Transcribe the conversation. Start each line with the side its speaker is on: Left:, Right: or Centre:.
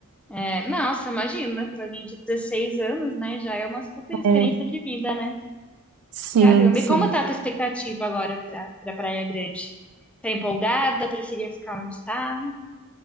Centre: É, nossa, imagina, para alguém de 16 anos, né? Já é uma super experiência
Right: É,
Centre: de vida, né?
Right: sim,
Centre: Caramba,
Right: sim.
Centre: e como tá a tua expectativa agora para pra Praia Grande? Tá empolgada? Preferia ficar onde tá?